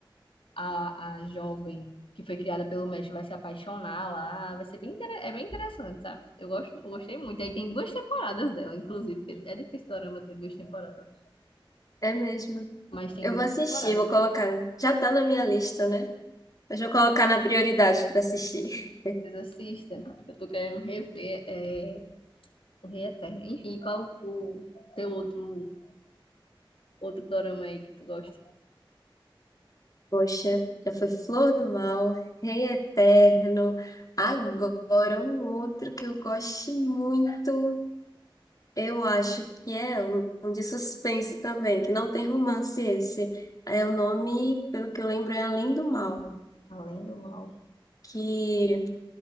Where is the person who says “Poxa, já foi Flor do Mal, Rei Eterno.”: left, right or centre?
Left